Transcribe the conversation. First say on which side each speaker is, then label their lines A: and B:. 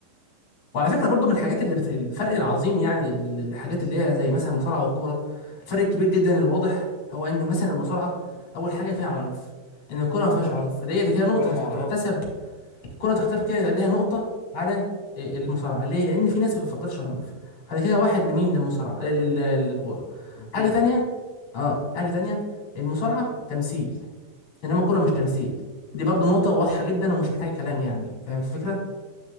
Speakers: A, on the left; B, on the left.
A: وعلى فكره برضو من الحاجات اللي بت... الفرق العظيم يعني ال- ال- الحاجات اللي هي زي مثلا المصارعه والكوره الفرق الكبير جدا الواضح هو ان مثلا المصارعه اول حاجه فيها عنف ان الكوره ما فيهاش
B: صح
A: عنف فدي دي كده نقطه
B: كرة مهارات
A: تح- تحتسب الكوره تحتسب كده ليها نقطه على المصارعه ليه لان في ناس ما بتفضلش عنف فده كده واحد لمين للمصارعه لل- للكوره
B: للكورة
A: حاجه تانية اه حاجه تانية المصارعه تمثيل انما الكوره مش تمثيل دي برضو نقطه واضحه جدا ومش محتاجه كلام يعني فاهم الفكره